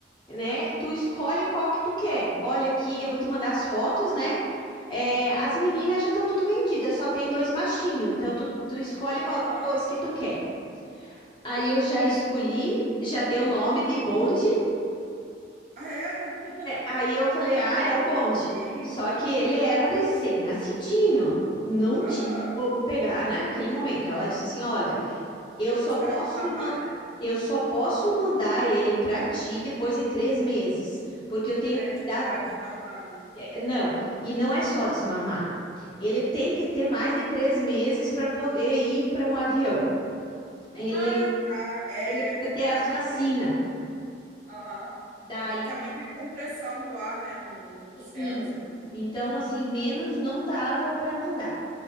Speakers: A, on the left; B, on the right.
A: né? Tu escolhe qual que tu quer. Olha aqui, eu vou te mandar as fotos, né? É, as meninas já estão tudo vendidas, só tem dois machinhos, então tu, tu escolhe qual
B: Aham.
A: dos dois que tu quer. Aí eu já escolhi, já dei o nome de bonde.
B: Ah, é? <laughs>
A: Aí eu falei, ah,
B: Que
A: é o
B: bonitinho.
A: bonde. Só que ele era recém-nascidinho, não
B: Aham,
A: tinha como pegar naquele momento. Ela disse assim, olha,
B: Sim.
A: eu
B: tinha
A: só
B: que esperar
A: posso
B: desmamar,
A: ma-
B: né?
A: eu só posso mandar ele para ti depois de três meses, porque eu tenho
B: É,
A: que
B: tinha
A: dar,
B: que esperar desmamar, né?
A: eh, não, e não é só desmamar. Ele tem que ter mais de três meses para poder ir para um avião. Ele
B: Ah, tá, é
A: ele
B: verdade.
A: precisa ter as vacinas.
B: tem- Aham.
A: Daí,
B: E também tem a compressão do ar, né, no, no céu.
A: e-
B: essa-
A: então assim, menos não dava para mandar.